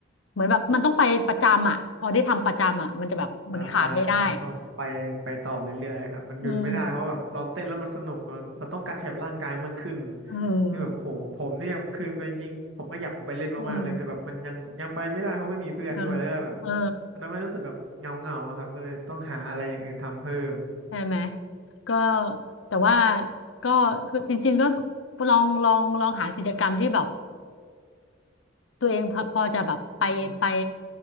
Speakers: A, on the left; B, on the right.
A: เหมือนแบบมันต้องไปประจำอ่ะพอได้ทำประจำอ่ะมันจะแบบเหมือนขาดไม่ได้
B: ใช่ครับมันต้องไปไปต่อเรื่อยๆครับมันหยุดไม่ได้เพราะแบบเราเต้นแล้วมันสนุกเราเราต้องการขยับร่างกายมันขึ้น
A: อืมอืม
B: นี่แบบโอ้โหผมเนี่ยคือก็จริงๆผมก็อยากไปเล่นมากๆเลยแต่แบบมันยังยังไปไม่ได้เพราะไม่มีเพื่อนด้วยแล้วก็แบบ
A: อืมเออเออ
B: มันทำให้รู้สึกแบบเงาๆงาครับก็เลยต้องหาอะไรอย่างอื่นทำเพิ่ม
A: ใช่ไหมก็แต่ว่าก็คือจริงๆก็ลองลองลองหากิจกรรมที่แบบตัวเองพอพอจะแบบไปไป
B: อืม